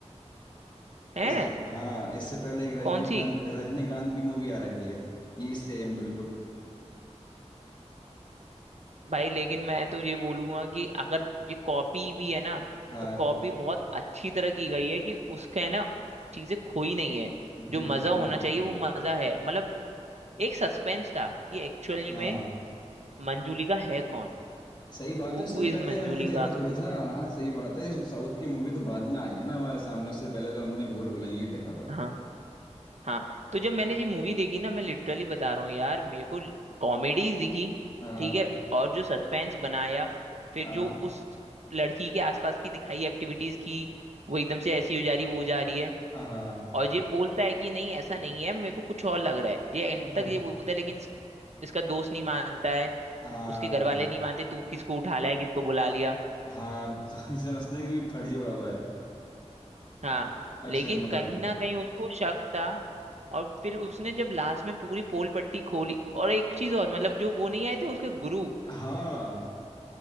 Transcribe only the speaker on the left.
इस हाँ इससे पहले एक रजनीकांत
रजनीकांत की मूवी आ रखी है ये सेम बिल्कुल
हाँ
बिल्कुल
बिल्कुल
हाँ
सही बात
है उससे
पहले
हमने देखा थोड़ी था हाँ सही बात है साउथ की मूवी तो बाद में आई है ना हमारे सामने उससे पहले तो हमने भूल भुलैया ही देखा था
हाँ
हाँ
हाँ
<laughs>
हाँ
हाँ <laughs> समझते हैं कि भी फर्जी बाबा है
अक्षय
कुमार
को
हाँ